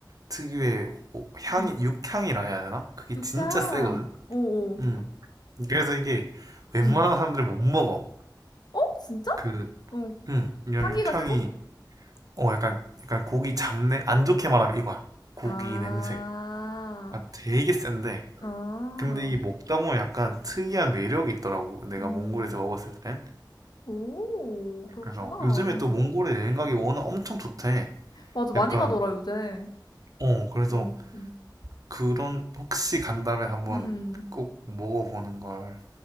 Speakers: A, on the right (about 50°); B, on the left (about 65°).
A: 특유의 오- 향이,
B: 음,
A: 육향이라 해야 되나? 그게
B: 육향,
A: 진짜 세거든?
B: 어, 어,
A: 음. 그래서 이게 웬만한
B: 음.
A: 사람들이 못 먹어.
B: 어? 진짜?
A: 그,
B: 어.
A: 음, 이런
B: 향기가
A: 육향이,
B: 세서?
A: 어, 약간, 약간 고기 잡내? 안 좋게 말하면 이거야. 고기
B: 아,
A: 냄새. 아, 되게 센데.
B: 아,
A: 근데 이게 먹다 보면 약간 특이한 매력이 있더라고. 내가
B: 음,
A: 몽골에서 먹었을 땐.
B: 오, 그렇구나.
A: 그래서 요즘에
B: 음,
A: 또 몽골에 여행 가기 워낙 엄청 좋대.
B: 맞아, 많이
A: 약간,
B: 가더라, 요새.
A: 어, 그래서
B: 어, 음,
A: 그런 혹시 간다면 한번
B: 음.
A: 꼭 먹어보는 걸